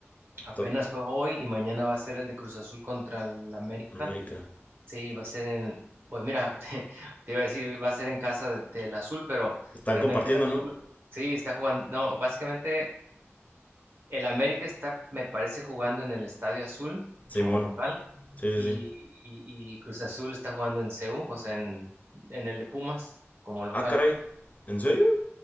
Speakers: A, on the right; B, on the left.
A: Apenas
B: To-
A: fue hoy y mañana va a ser el de Cruz Azul contra el América.
B: América.
A: Sí, va a ser en, pues mira, <laughs> te, te iba a decir, va a ser en casa de- del Azul, pero
B: Están
A: realmente
B: compartiendo,
A: el Azul,
B: ¿no?
A: sí, está jugando. No, básicamente El América está, me parece, jugando en el Estadio Azul
B: Simón.
A: como local
B: Sí, sí,
A: y,
B: sí.
A: y- y Cruz Azul está jugando en CU, o sea, en, en el de Pumas como local.
B: Ah, caray.
A: <laughs>
B: ¿En serio?